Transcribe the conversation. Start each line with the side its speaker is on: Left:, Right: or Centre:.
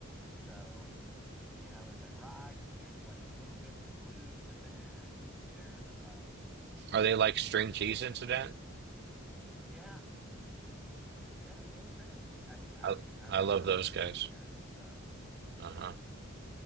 Centre: So you know, is it rock? There's like little bits of blues in there. There's um
Right: Are they like String Cheese Incident?
Centre: yeah, yeah, a little bit. I I
Right: I
Centre: I'm
Right: I
Centre: familiar
Right: love those
Centre: with
Right: guys.
Centre: those guys, so
Right: Uh-huh.